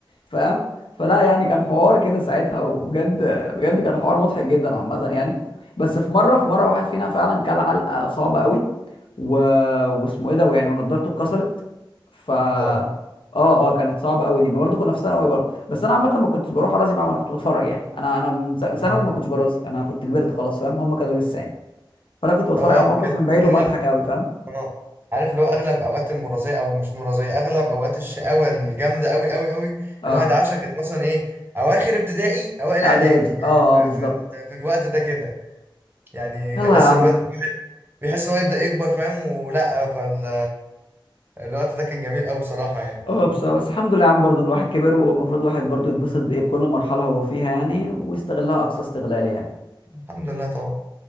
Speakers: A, on the left; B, on the right.
A: فاهم فلا يعني كان حوار كده ساعتها وبجد بجد كان حوار مضحك جدا عامه يعني بس في مره في مره واحد فينا فعلا كل علقه صعبه قوي و... واسمه ايه ده ويعني ونضارته اتكسرت ف اه
B: اوبا
A: اه كانت صعبه قوي دي برضه كنا في ثانوي برضه بس انا عامه ما كنتش بروح ارازي معاهم انا كنت بتفرج يعني انا انا من ث- ثانوي
B: امم
A: ما كنتش برازي انا كنت كبرت خلاص فاهم هم كانوا لسه يعني فانا كنت بتفرج
B: هو
A: على الموقف
B: كانت
A: من بعيد
B: اغلب
A: وبضحك قوي فاهم
B: اه عارف اللي هو اغلب اوقات المرضيه او مش مرضيه اغلب اوقات الشقاوه الجامده قوي قوي قوي
A: اه
B: الواحد عاشها كانت مثلا ايه اواخر ابتدائي اوائل
A: اعدادي
B: اعدادي يعني
A: اه
B: في,
A: اه بالظبط
B: في, في الوقت ده كده يعني
A: يلا
B: كان لسه
A: يا عم
B: الواد بيحس ان هو يبدأ يكبر فاهم ولا فال الوقت ده كان جميل قوي بصراحة يعني
A: اه بصراحه بس الحمد لله يا عم برضه إن الواحد كبر والمفروض الواحد برضه يتبسط بايه بكل مرحله هو فيها يعني ويستغلها اقصى استغلال يعني
B: الحمد لله طبعا